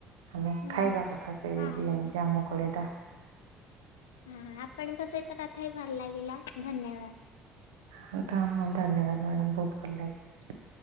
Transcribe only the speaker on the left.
ହୁଁ
ହଁ।
ହୁଁ ଆପଣଙ୍କ ସହିତ କଥା ହେଇକି ଭଲ ଲାଗିଲା ଧନ୍ୟବା।